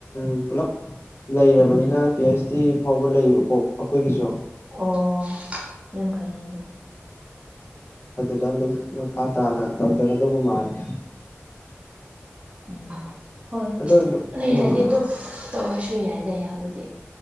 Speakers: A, on the left (about 55°); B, on the right (about 25°).
A: ꯎ ꯄꯨꯂꯞ ꯂꯩꯔꯕꯅꯤꯅ ꯄꯤ ꯑꯩꯁ ꯗꯤ ꯐꯥꯎꯕ ꯂꯩꯌꯦꯕꯀꯣ ꯑꯩꯈꯣꯏꯒꯤꯁꯨ
B: ꯑꯣ ꯌꯥꯝ ꯐꯩꯅꯦ ꯑꯗꯨꯗꯤ
A: ꯗ ꯑꯗꯨꯝ ꯃꯈꯥ ꯇꯥꯅ ꯇꯧꯊꯒꯗꯧꯕ ꯃꯥꯜꯂꯤ
B: ꯎꯝ ꯍꯣꯏ
A: ꯑꯗꯣ
B: ꯂꯩꯔꯗꯤ
A: ꯎꯝ
B: ꯑꯗꯨꯝ ꯇꯧꯋꯦ ꯁꯨ ꯌꯥꯏꯗ ꯍꯥꯏꯕꯨꯗꯤ